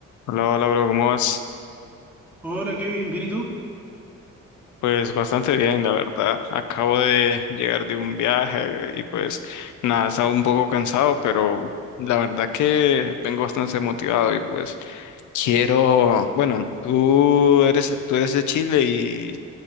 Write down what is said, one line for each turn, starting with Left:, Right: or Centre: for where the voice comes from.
Left: Hola, hola, bro, ¿cómo vas?
Centre: Hola Kevin, ¿bien y tú?
Left: Pues bastante bien, la verdad. Acabo de llegar de un viaje y pues nada, estaba un poco cansado, pero la verdad que vengo bastante motivado y pues quiero, bueno, tú eres, tú eres de Chile y